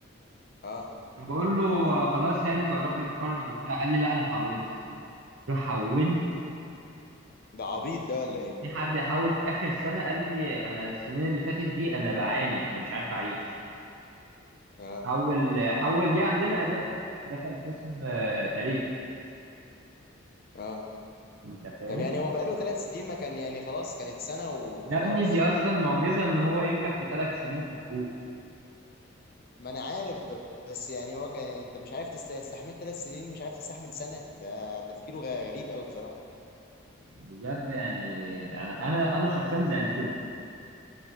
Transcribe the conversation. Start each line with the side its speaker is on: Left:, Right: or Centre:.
Left: اه
Right: فبقول له آه، خلاص يعني أنت قربت تتخرج وبتاع قال لي لا أنا حولت قلت له حولت
Left: ده عبيط ده ولا ايه
Right: في حد يحول في آخر سنة قال لي أنا السنين اللي فاتت دي أنا بعاني أنا مش عارف أعيش
Left: اه
Right: حول حول جه عندنا آداب دخل قسم آه، تاريخ
Left: اه
Right: أنت فاهم
Left: طب يعني هو بقاله ثلاث سنين ما كان يعني خلاص كانت سنة وخلاص
Right: يا ابني دي اصلا معجزه ان هو ينجح في ثلاث سنين في حقوق
Left: ما انا عارف ب- بس يعني هو كان انت مش عارف تستحمل ثلاث سنين مش عارف تستحمل سنة ده تفكيره غ- غريب قوي بصراحة
Right: بجد يعني انا انا انا شخصيا زعلت له